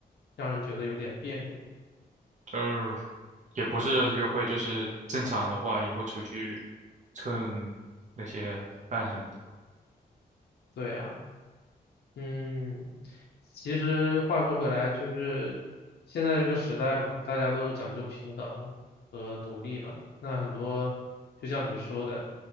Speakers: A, on the left (about 80°); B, on the right (about 45°).
A: 让人觉得有点别扭。
B: 呃，也不是约会，就是正常的话也会出去蹭那些饭什么的。
A: 对啊。嗯，其实话说回来，就是现在这个时代嘛，大家都讲究平等和独立了。那很多，就像你说的，